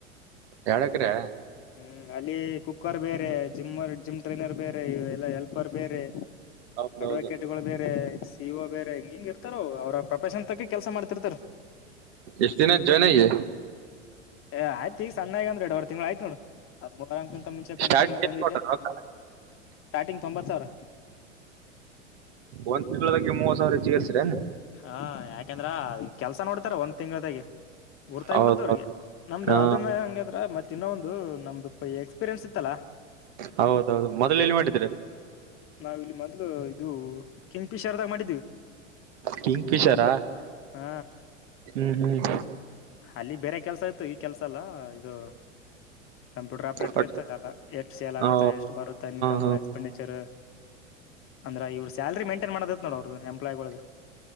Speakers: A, on the right; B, on the left.
A: ಯಾಡ್ ಎಕ್ರೆ.
B: ಹ್ಮ್ ಅಲ್ಲಿ ಕುಕ್ಕರ್ ಬೇರೆ ಜಿಮ್ರ್ ಜಿಮ್ ಟ್ರೈನರ್ ಬೇರೆ ಎಲ್ಲಾ ಹೆಲ್ಪರ್ ಬೇರೆ
A: ಹೌದೌದು
B: ಅಡ್ವಕೇಟ್ಗಳು ಬೇರೆ ಇವ ಬೇರೆ ಹಿಂಗ್ ಹಿಂಗ್ ಇರ್ತಾರ ಅವ್ ಅವರ ಪ್ರೊಫಷನ್ ತಕ್ಕ ಕೆಲಸ ಮಾಡ್ತಿರ್ತಾರ.
A: ಎಷ್ಟ ದಿನ ಐತ್ ಜ್ವಾನ್ ಆಗಿ.
B: ಏ ಆಯ್ತ ಈಗ ಸಣ್ಣಾಗಿ ಅಂದ್ರ ಎರಡ್ ವರಿ ತಿಂಗಳ ಆಯಿತ್ ನೋಡು. ಅದ್ ಕುಂದರಕಿನ ಮುಂಚೆಕ ಒಂದ
A: ಸ್ಟಾರ್ಟಿಂಗ್
B: ತಿಂಗಳ ಬಂದಿದ್ದೆ
A: ಎಷ್ಟ್ ಕೊಟ್ಟಾರ ರೊಕ್ಕ
B: ಸ್ಟಾರ್ಟಿಂಗ್ ತೊಂಬತ್ ಸಾವ್ರ.
A: ಒಂದ್ ತಿಂಗಳಾಗೆ ಮೂವತ್ ಸಾವ್ರ ಹೆಚ್ಚಿಗ್ ಏರ್ಸಿರೆನ್.
B: ಹಾ ಯಾಕಂದ್ರ ಕೆಲ್ಸ ನೋಡ್ತಾರ ಒಂದ್ ತಿಂಗ್ಳದಾಗೆ ಗುರ್ತಾಗಬಿಡ್ದ
A: ಹೌದೌದು
B: ಅವ್ರಿಗ. ನಮ್ದು
A: ಹಾ
B: ಅದನ್ನ ಹೆಂಗದ್ರ ಮತ್ತ ಇನ್ನ ಒಂದು ನಮ್ದು ಪೈ ಎಕ್ಸ್ಪೀರಿಯನ್ಸ್ ಇತ್ತಲ್ಲಾ.
A: ಹೌದೌದು ಮೊದಲ್ ಎಲ್ಲಿ ಮಾಡಿದ್ರಿ.
B: ನಾವ ಇಲ್ಲಿ ಮೊದ್ಲು ಇದು ಕಿಂಗ್ಫಿಶರ್ದಾಗ ಮಾಡಿದೀವಿ. <unintelligible>
A: ಕಿಂಗ್ ಫಿಶರಾ
B: ಹಾ
A: ಹ್ಮ್ ಹ್ಮ್
B: ಅಲ್ಲಿ ಬೇರೆ ಕೆಲ್ಸ ಇತ್ತು ಈ ಕೆಲ್ಸ ಅಲ್ಲ ಇದು ಕಂಪ್ಯೂಟರ್ ಆಪ್ ಬಿಟ್ರ
A: ಬಟ್
B: ಇತ್ತ ಅಲ್ ಎಲ್ಲಾ ಎಷ್ಟು ಸೇಲ್ ಆಗುತ್ತಾ
A: ಹಾ
B: ಎಷ್ಟು ಬರುತ್ತ ಇನ್ ಕಮ್
A: ಹಾ
B: ಎಕ್ಸ್ಪೆಂಡಿಚರ್ ಅಂದ್ರ ಇವ್ರ ಸ್ಯಾಲ್ರಿ ಮೈಂಟೈನ್ ಮಾಡದೀತ್ ನೋಡ ಅವರ್ ದು ಎಂಪ್ಲಾಯಿಗೋಳಿಗಿ.